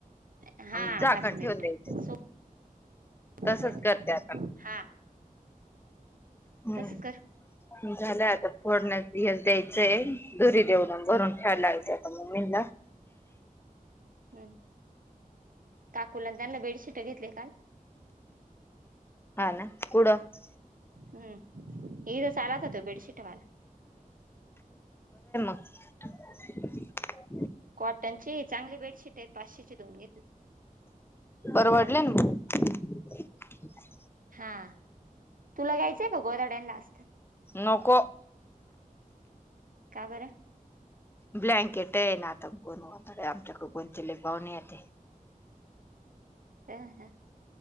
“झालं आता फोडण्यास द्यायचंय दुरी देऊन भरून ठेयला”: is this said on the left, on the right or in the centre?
Left